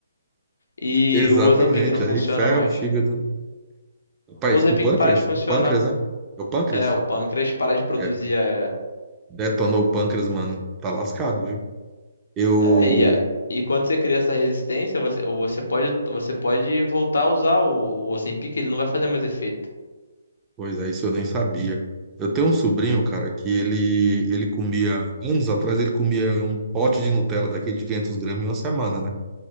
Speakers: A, on the left (about 75°); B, on the right (about 20°).
A: e
B: exatamente.
A: o Ozempic não funciona
B: Aí ferro,
A: mais.
B: fígado. né? Rapaz,
A: O Ozempic
B: o pâncreas?
A: para de funcionar.
B: O pâncreas, né? É o pâncreas?
A: É, o pâncreas para de produzir
B: É.
A: a... É,
B: Detonou o pâncreas, mano. Tá lascado, viu? Eu,
A: é, e, a- e quando você cria essa resistência, você, ou você pode, você pode voltar a usar o, o Ozempic, ele não vai fazer mais efeito.
B: Pois é, isso eu nem sabia. Eu tenho um sobrinho, cara, que ele ele comia, anos atrás, ele comia um pote de Nutella daquele de 500 gramas em uma semana, né?